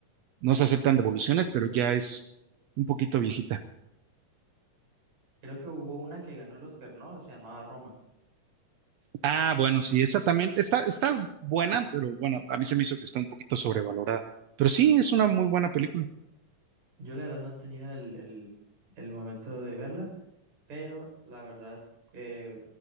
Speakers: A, on the right; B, on the right.
A: No se aceptan devoluciones, pero ya es un poquito viejita.
B: creo que hubo una que ganó el Oscar, ¿no? Se llamaba Roma.
A: Ah, bueno, sí, esa también está, está buena, pero bueno, a mí se me hizo que está un poquito sobrevalorada. Pero sí, es una muy buena película.
B: Yo la verdad no he tenido el, el, el momento de verla, pero la verdad, eh,